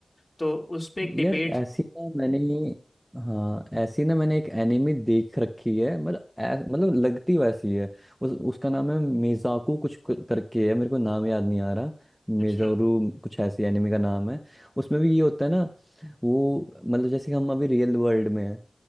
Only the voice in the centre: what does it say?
यार ऐसी ना मैंने हाँ ऐसी ना मैंने एक एनिमी देख रखी है मतलब ऐ- मतलब लगती वैसी है उस उसका नाम है मेजाकू कुछ क- करके है मेरे को नाम याद नहीं आ रहा
मेजोरू कुछ ऐसी एनिमी का नाम है उसमें भी ये होता है ना वो मतलब जैसे हम अभी रियल वर्ल्ड में है